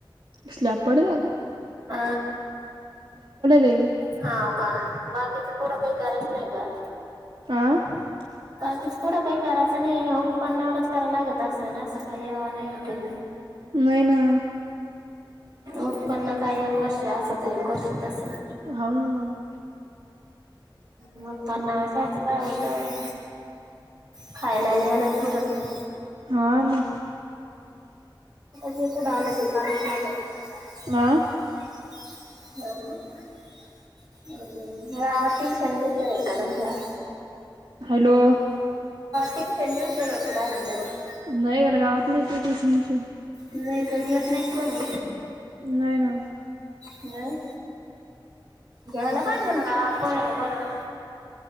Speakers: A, on the right (about 75°); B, on the right (about 50°).
A: स्लॅप पडलं आगं
B: अ,
A: आहे
B: हाव का बाकीचं पुढं काय करायचं नाही का?
A: आंहः
B: काच पुढं काही करायचं नाही, ओ उत्पन्नावरच कराय लागत असं ना, असं काही हवा नाहीये काही
A: नाहीय ना.
B: उत्पन्न काय एक वर्ष असं एक वर्षी तसं.
A: हाव न मंग
B: म उत्पन्न कायच काय होतय. खायला न या ला पुरत नाही
A: हा म
B: जे पुढे आलं ते करावंच लागतंय
A: आं
B: <inaudible> हम् गावातील सर्व ट्युशन तेन हाय
A: हॅलो
B: तुमच्या? <unintelligible>
A: नाही गड्या गावत नाही का ट्युशन भीषण
B: नाही घेत नाही कोणी?
A: नाही ना
B: नाही घेवायला काय केलं कोणा -कोणा!